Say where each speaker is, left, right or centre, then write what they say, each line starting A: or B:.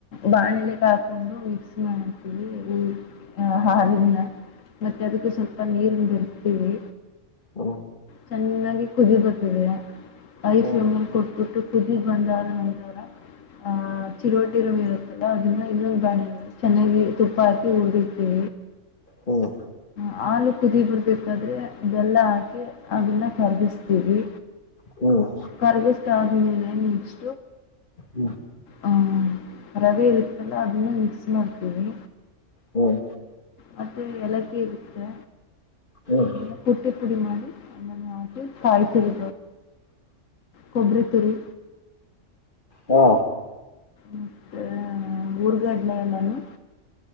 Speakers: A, on the left (about 80°); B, on the left (about 40°).
A: ಬಾಣೆಲೆ ಹಾಕೊಂಡು ಮಿಕ್ಸ್ ಸ್ನವಿ ಹಾರ ಮತ್ತೆ ಅದಕ್ಕ ಸ್ವಲ್ಪ ನೀರ್ ಬಿರೆತೀವಿ
B: ಹಾ
A: ಚೆನ್ನಾಗಿ ಕುದಿ ಬರ್ಟ್ಟಿದೆ
B: ಹ್ಮ್
A: ಲಲ್ಲಿ ಕೊಟ್ಬಿಟ್ಟು ಕುದಿ ಬಂದಾದ ನಂತರ ಆಹ ಚಿರುರುವಟಿರುವ ಇರುತ್ತಲ್ಲ ಅದನ್ನ ಇನ್ನೊಂದು ಗಾಣೆ ಚೆನ್ನಾಗಿ ತುಪ್ಪ ಹಾಕಿ ಉಡ್ದಿವಿ
B: ಹ್ಮ್
A: ಹಾಲು ಕುದಿಬರಬೇಕಾದ್ರೆ ಇದೆಲ್ಲ ಹಾಕಿ ಅದನ್ನ ಖರದಿಸ್ತೀವಿ
B: ಹ್ಮ್
A: ಕರಗಷ್ಟ್ಟಾರ ಮೇಲೆ ನಕ್ಸ್
B: ಹ್ಮ್
A: ಅ ರವೆ ಇರುತ್ತಲ್ಲ ಅದನ್ನ ಮಿಕ್ಸ್ ಮಾಡ್ತೀವಿ
B: ಹ್ಮ್
A: ಮತ್ತು ಲಕ್ಕಿ ಇರುತ್ತೆ
B: ಹ್ಮ್
A: ಅದನ್ನು ಪುಟ್ಟಿ ಪುಡಿ ಮಾಡಿ ಮನ ಆ ಕಾಯಿ ತುರಿ ಕೊಬ್ಬರಿ ತುರಿ
B: ಹಾ
A: ಮತ್ತ ಊರ್ಗಡ್ನೆ ಎಲ್ಲಾನು